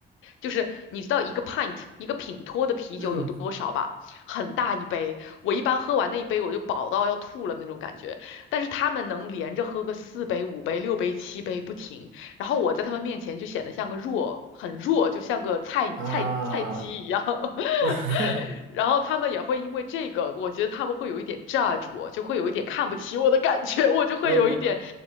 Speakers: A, on the left; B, on the right.
A: 就是你知道一个 pint 一个品托的啤酒有多少吧？
B: 嗯
A: 很大一杯，我一般喝完那一杯我就饱到要吐了那种感觉。但是他们能连着喝个四杯、五杯、六杯、七杯不停，然后我在他们面前就显得像个弱，很弱，就像个菜菜菜鸡一样。
B: 啊，
A: <laughs>
B: 我 <laughs>
A: 然后他们也会因为这个，我觉得他们会有一点 judge 我，就会有一点看不起我的感觉，我就会有一点，
B: 我我